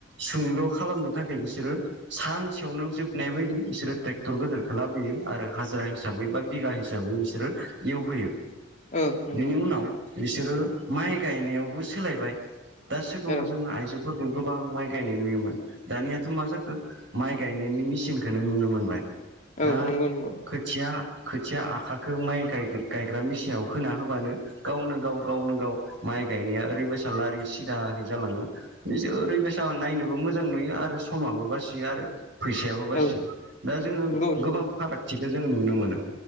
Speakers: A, on the right (about 65°); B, on the left (about 40°).
A: सुंद' खालामनो थाखाय बिसोरो सानसेयावनो जोबनाय बायदि बिसोरो ट्रे टर गोदोरखो लाबोयो आरो हाजिरा हिसाबै बा बिगा हिसाबै बिसोरो एवहोयो।
B: ओ नोंगौ।
A: बेनि उनाव बिसोरो माइ गायनायावबो सोलायबाय। दा सोगाङाव
B: औ
A: जों आइजो फोरखौ गोबां माइ गायनाय नुयोमोन दानियाथ' मा जाखो माइ गायनायनि मेसिनखोनो नुनो मोनबाय।
B: औ
A: दा
B: नंगौ नंगौ
A: खोथिया खोथिया आखाखो माइ गायगोन गायग्रा मिसिनाव फोना होबानो गावनो गाव गावनो गाव माइ गायनाया ओरैबायसा लारि सिदाहै जालाङो बिजो ओरैबायसा नायनोबो मोजां नुयो आरो समाबो बासियो आरो। फैसायाबो बासियो
B: औ
A: दा जोङो
B: नंगौ नंगौ
A: गोबां फारागथिखो जोङो नुनो मोनो।